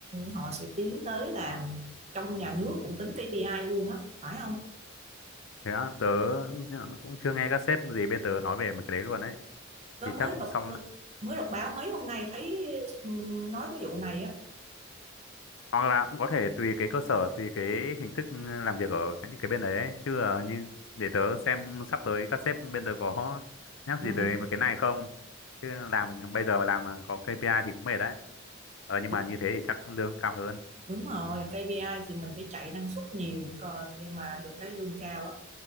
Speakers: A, on the right (about 30°); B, on the left (about 65°).
A: họ sẽ tiến tới là trong nhà nước cũng tính KPI luôn á phải không?
B: thế á, tớ cũng chưa nghe các sếp gì bên tớ nói về một cái đấy luôn đấy
A: Tớ
B: thì
A: mới
B: chắc
A: đọc
B: sau
A: mới đọc báo mấy hôm nay thấy ừ, nói cái vụ này á.
B: hoặc là cũng có thể tùy cái cơ sở tùy cái hình thức ừ, làm việc ở những cái bên đấy ấy. chứ ờ, như để tớ xem sắp tới các sếp bên tớ có nhắc
A: Ừ.
B: gì tới một cái này không chứ làm bây giờ mà làm mà có KPI thì cũng mệt đấy ờ nhưng
A: Ừ.
B: mà như thế thì chắc cũng lương cao hơn
A: Đúng rồi, KPI thì mình phải chạy năng suất nhiều còn nhưng mà được cái lương cao á